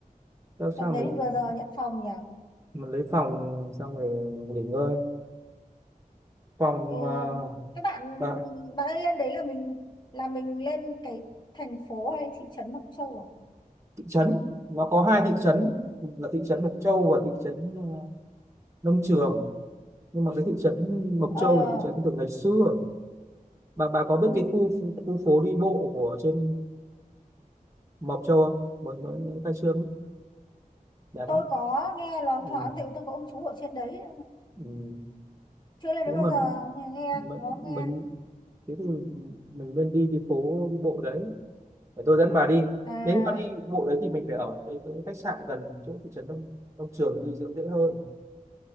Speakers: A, on the right; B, on the left.
A: Sao
B: tầm
A: sao
B: đấy
A: mình
B: thì vừa giờ nhận phòng nhỉ
A: mình lấy phòng xong rồi nghỉ ngơi. Phòng
B: Ồ,
A: à,
B: các bạn
A: bạn
B: bạn ấy lên đấy là mình là mình lên cái thành phố hay thị trấn Mộc Châu à?
A: thị trấn nó có hai thị trấn là thị trấn Mộc Châu và thị trấn à, Nông Trường. Nhưng mà cái thị trấn Mộc
B: Ờ,
A: Châu là thị trấn từ ngày xưa. Bà bà có biết
B: ừ,
A: cái khu khu phố đi bộ của trên Mộc Châu không? Mới mới những khai trương ấy. đẹp
B: tôi
A: lắm.
B: có nghe loáng
A: Ừ.
B: thoáng tại vì tôi có ông chú ở trên đấy
A: Ừ.
B: chưa lên
A: nếu
B: đấy bao
A: mà
B: giờ nghe nghe
A: mình,
B: có
A: mình
B: nghe.
A: thế thì mình nên đi cái phố đi bộ đấy để tôi dẫn bà đi
B: À,
A: nếu mà đi bộ đấy thì mình phải ở cái, cái khách sạn gần chỗ thị trấn Đông Đông Trường thì dễ dễ hơn